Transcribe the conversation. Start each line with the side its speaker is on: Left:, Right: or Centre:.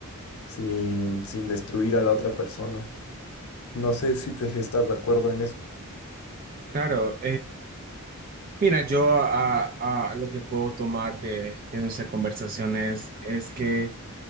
Left: sin, sin destruir a la otra persona. No sé si te si estás de acuerdo en eso.
Right: Claro, Mira, yo ah, ah, lo que puedo tomar de, de nuestra conversación es, es que